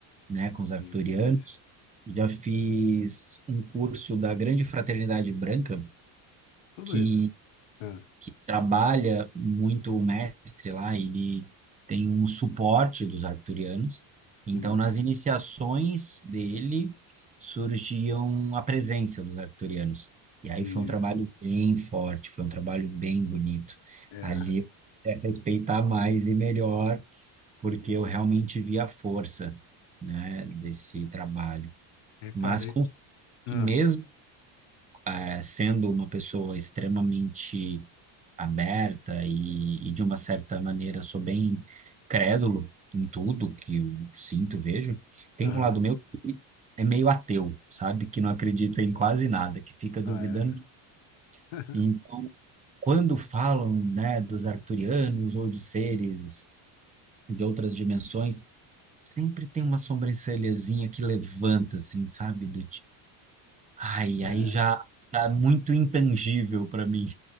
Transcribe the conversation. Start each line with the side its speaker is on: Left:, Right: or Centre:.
Right: né? Com os arturianos.
Left: Isso.
Right: Já fiz um curso da Grande Fraternidade Branca,
Left: Tudo
Right: que
Left: isso. Ah,
Right: que trabalha muito o mestre lá, ele tem um suporte dos arcturianos. Então,
Left: isso.
Right: nas iniciações dele, surgiam a presença dos arcturianos. E aí
Left: Isso.
Right: foi um trabalho bem forte, foi um trabalho bem bonito.
Left: É.
Right: Ali é respeitar mais e melhor, porque eu realmente vi a força, né, desse trabalho.
Left: É, cara.
Right: Mas com
Left: É... Ah,
Right: que mesmo eh, sendo uma pessoa extremamente aberta e, e, de uma certa maneira, sou bem crédulo em tudo que eu sinto, vejo. Tem
Left: aham.
Right: um lado meu que é meio ateu, sabe? Que não acredita em quase nada, que fica duvidando.
Left: Ah, é. <laughs>
Right: E Então, quando falam, né, dos arcturianos ou de seres de outras dimensões, sempre tem uma sobrancelhazinha que levanta, assim, sabe? Do tipo, ai,
Left: É.
Right: aí já tá muito intangível para mim.